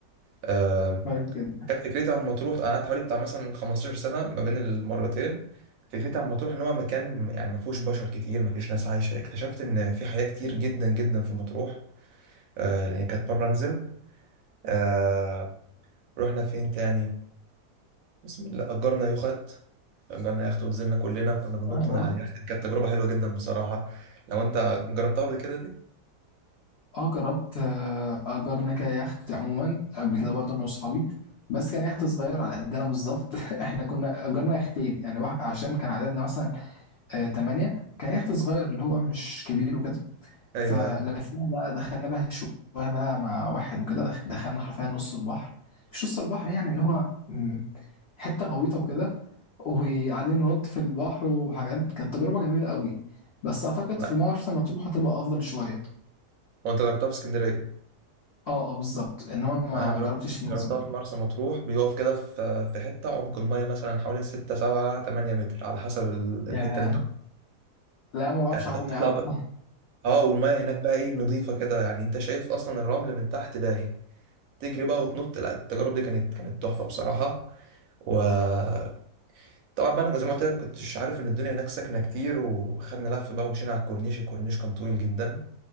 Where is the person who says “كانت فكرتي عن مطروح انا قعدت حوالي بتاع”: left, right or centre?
Right